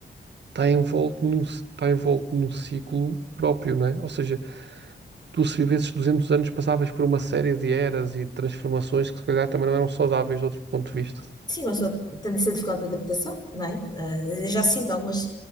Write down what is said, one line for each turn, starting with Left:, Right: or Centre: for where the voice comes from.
Right: está envolto num, ci- está envolto num ciclo próprio, não é? Ou seja, tu se vivesses 200 anos passavas por uma série de eras e transformações que se calhar também não eram saudáveis de outro ponto de vista.
Left: Sim, mas só tem essa dificuldade de adaptação, não é? Eh, Eu já sinto algumas